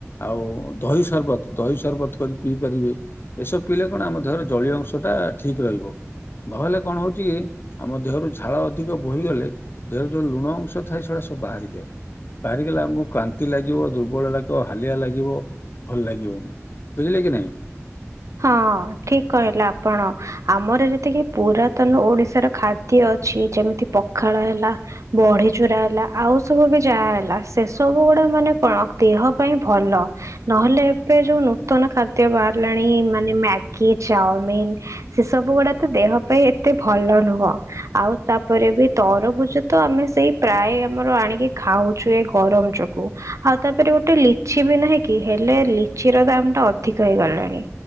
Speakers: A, on the left; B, on the right.
A: ଆଉ ଦହି ସର୍ବତ ଦହି ସର୍ବତ କରି ପିଇ ପାରିବେ। ଏସବୁ ପିଇଲେ କଣ ଆମ ଦେହର ଜଳୀୟ ଅଂଶ ଟା ଠିକ ରହିବ। ନହେଲେ କଣ ହଉ ଚି ଆମ ଦେହରୁ ଝାଳ ଅଧିକ ବୋହିଗଲେ ଦେହରେ ଯୋଉ ଲୁଣ ଅଂଶ ଥାଏ ସେଉଡା ସବୁ ବାହାରିଯାଏ। ବାହାରିଗଲେ ଆମକୁ କାନ୍ତି ଲାଗିବ, ଦୁର୍ବଳ ଲାଗିବ, ହାଲିଆ ଲାଗିବ, ଭଲ ଲାଗିବନି। ବୁଝିଲେ କି ନାଇଁ?
B: ହଁ ଠିକ୍ କହିଲେ ଆପଣ। ଆମର ଯେତିକି ପୁରାତନ ଓଡିଶାର ଖାଦ୍ୟ ଅଛି ଯେମିତି ପଖାଳ ହେଲା। ବଢି ଚୁରା ହେଲା ଆଉ ସବୁ ବି ଯାହା ହେଲା। ସେସବୁ ଗୁଡ଼ା ମାନେ କଣ ଦେହ ପାଇଁ ଭଲ। ନହେଲେ ଏବେ ଯୋଉ ନୂତନ ଖାଦ୍ୟ ବାହାରିଲାଣି ମାନେ ମ୍ୟାଗି, ଚାଉମିନ୍। ସେ ସବୁ ଗୁଡା ତ ଦେହ ପାଇଁ ଏତେ ଭଲ ନୁହଁ। ଆଉ ତାପରେ ବି ତରଭୁଜ ତ ଆମେ ସେଇ ପ୍ରାୟ ଆମର ଆଣିକି ଖାଉଛୁ ଏ ଗରମ ଯୋଗ ଗୁ, ଆଉ ତାପରେ ଗୋଟେ ଲିଚି ବି ନାହିଁ କି? ହେଲେ ଲିଚି ର ଦାମ୍ ଟା ଅଧିକ ହେଇଗଲାଣି।